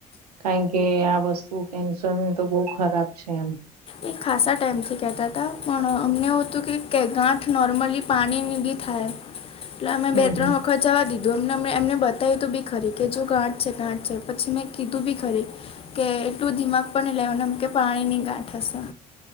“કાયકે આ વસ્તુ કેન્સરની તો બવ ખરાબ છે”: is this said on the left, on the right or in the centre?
Right